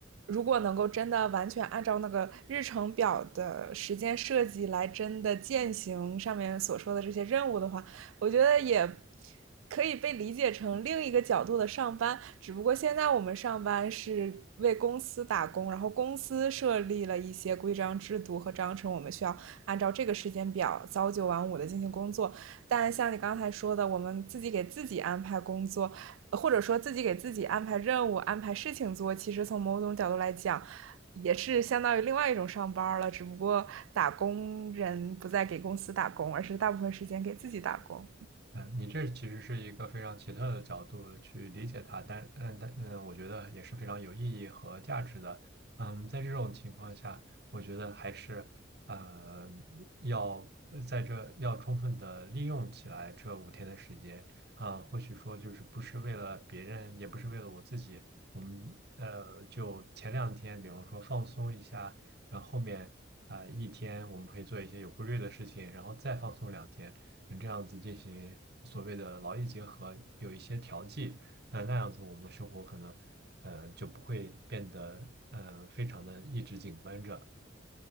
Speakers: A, on the right (about 85°); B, on the right (about 55°).
A: 如果能够真的完全按照那个日程表的时间设计来真的践行上面所说的这些任务的话，我觉得也可以被理解成另一个角度的上班，只不过现在我们上班是为公司打工，然后公司设立了一些规章制度和章程，我们需要按照这个时间表早九晚五的进行工作。但像你刚才说的，我们自己给自己安排工作，或者说自己给自己安排任务、安排事情做，其实从某种角度来讲，也是相当于另外一种上班了，只不过打工人不再给公司打工，而是大部分时间给自己打工。
B: 嗯，你这其实是一个非常奇特的角度去理解它，但嗯，但嗯，我觉得也是非常有意义和价值的。嗯，在这种情况下，我觉得还是呃要呃在这要充分的利用起来这五天的时间啊，或许说就是不是为了别人，也不是为了我自己，我们呃就前两天，比方说放松一下，然后后面啊，一天我们可以做一些有规律的事情，然后再放松两天。这样子进行所谓的劳逸结合，有一些调剂，那那样子我们的生活可能，呃，就不会变得呃非常的一直紧绷着。